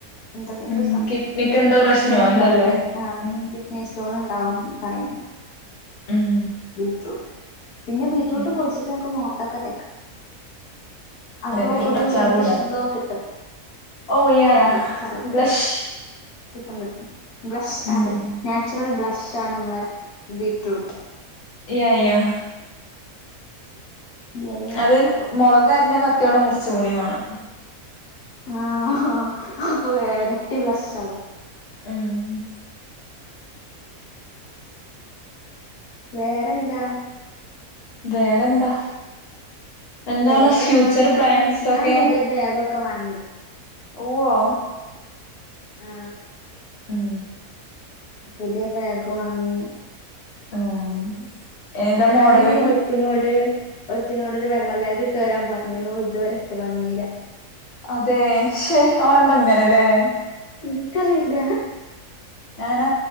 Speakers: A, on the left; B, on the left.
A: എന്തൊക്കെ എന്തൊരു
B: ഉം
A: സംഭവം
B: കിഡ്നിക്ക്
A: എന്താ
B: എന്തോ
A: കിഡ്നി
B: പ്രശ്നോ
A: സ്റ്റോൺ
B: എന്തല്ലേ
A: ഉണ്ടാവും അത്രേ
B: ഉം
A: എ പി സ്റ്റോൺ ഉണ്ടാവും പ റയിണ്.
B: ഉം
A: ബീറ്റ്റൂട്ട് പിന്നെ ബീറ്റ്റൂട്ട്
B: യെസ്
A: പൊടിച്ചിട്ട് ഞമ്മക്ക് മുഖത്തൊക്കെ തേക്കാം അപ്പൊ
B: അതെ അതെ ഇതിലോട്ട്
A: ഒരു
B: അച്ചാറൂടാ
A: റെഡ്ഡിഷ് ഗ്ലോ കിട്ടും
B: ഓ യാ
A: ചറൂടെ
B: യാ
A: ചാറൂ ടെ
B: ബ്ലഷ്
A: കിട്ടും കിട്ടും ബ്ലഷ്
B: ഉം
A: അതെ നാച്ചുറൽ ബ്ലഷ്ആണ് നമ്മളെ ബീറ്റ്റൂട്ട്
B: യാ യാ
A: യാ യാ
B: അത് മുളക് അരിഞ്ഞ കത്തിയോണ്ട് മുറിച് കൂടിവാണം
A: ആഹ അപ്പൊ ഇരട്ടി ബ്ലഷ് ആവും
B: മ്മ്
A: വേറെന്താ
B: വേറെന്താ? എന്താണ്
A: വേറെ
B: ഫ്യൂച്ചർ
A: ആ ഞാൻ
B: പ്ലാൻസ്
A: ഞാൻ
B: ഒക്കെ
A: പുതിയ ബാഗ്‌ഒക്കെവാങ്ങി
B: ഓ വ്യ
A: ആ
B: ഉം
A: പുതിയ ബാഗ് വാങ്ങി.
B: ഉം ഏതാ
A: ഞാന്
B: മോഡല്
A: ഒരു ഒരുത്തിനോട് ഒരുത്തിനോട്‌ ഒരു വെള്ള ബാഗ് ഇട്ട് വരാൻ പറഞ്ഞു ഇതുവരെ ഇട്ട് വന്നില്ല
B: അതെ ശെ അതോണ്ടാ ഇങ്ങനെല്ലേ
A: ഇന്ക്കറിയില്ല
B: ഞാന്